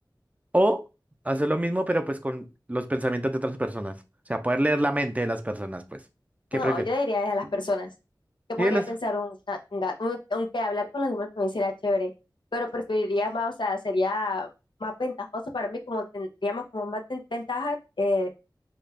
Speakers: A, on the right; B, on the left.
A: o hacer lo mismo, pero pues con los pensamientos de otras personas. O sea, poder leer la mente de las personas, pues. ¿Qué
B: No,
A: prefieres?
B: yo diría es a las personas. Yo
A: Y
B: podría
A: de las...
B: pensar, un, una- un ga- un- aunque hablar con los animales también sería chévere, pero preferiría más, o sea, sería más ventajoso para mí, como tendríamos como más ven- ventaja eh,